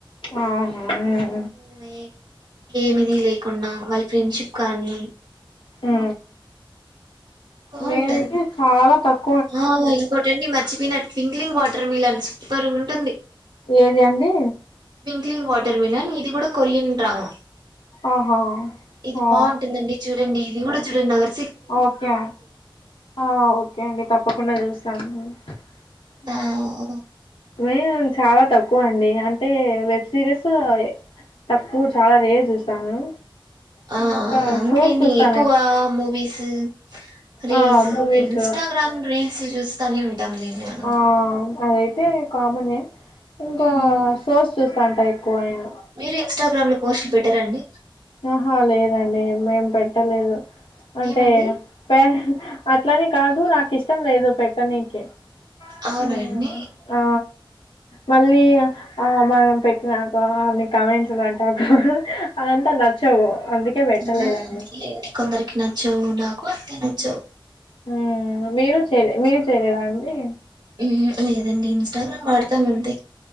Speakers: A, on the left; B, on the right.
A: అవును ఉ
B: ఏమీ ఏమిది లేకుండా వాళ్ళ ఫ్రెండ్షిప్ కానీ
A: ఉ
B: బావుంటది.
A: నేనైతే చాలా తక్
B: ఆ ఇంకోటండి మర్చిపోయిన స్వింక్లింగ్ వాటర్ మిలన్స్ సూపర్ గా ఉంటుంది
A: ఏది అండి
B: స్వింగ్లింగ్ వాటర్ మలన్ ఇది కూడా కొరియన్ డ్రామా
A: ఆహా
B: ఇది
A: ఆ
B: బాగుంటుందండి చూడండి ఇది కూడా చూడండి అ
A: ఓకే ఆ ఓకే అండి తప్పకుండా చూస్త తను ఉ
B: ఆ!
A: మీరే చాలా తక్కువ అండి అంటే వెబ్ సిరీస్ తక్కువ చాలా రేర్ చూస్తాను
B: ఆ
A: ఇంకా
B: అవును
A: షోస్
B: లేండి
A: చూస్తాను
B: ఎక్కువ గా మూవీస్ రీల్స్
A: ఆ మూవీస్
B: ఇన్స్టాగ్రామ్ రీల్స్ చూస్తానే ఉంటాము లేండి మనం
A: ఆ అదైతే కామన్ ఇంకా
B: మ్మ్.
A: షోస్ చూస్తాంటా ఎక్కువ నేను
B: మీరు ఇంస్టాగ్రామ్ లో పోస్టులు పెట్టరా అండి
A: ఆహా లేదండి మేం పెట్టలేదు అంటే
B: ఏమండి
A: పేర్ అట్లనీ కాదు నాకు ఇష్టం లేదు పెట్టడానికి
B: అవునండి
A: ఉ ఆ మళ్ళీ ఆ ఆ మనం పెట్టినాక అ కామెంట్స్లు అంటా అదంతా నచ్చవు అందుకే పెట్టలేదండి
B: ఆ అట్లే కొందరికి నచ్చవు నాకు అంతే నచ్చవు
A: ఉ మీరు చేయలే మీరు చేయలేదా అండి
B: ఉ లేదండి ఇన్స్టాగ్రామ్ వాడతాం అంతే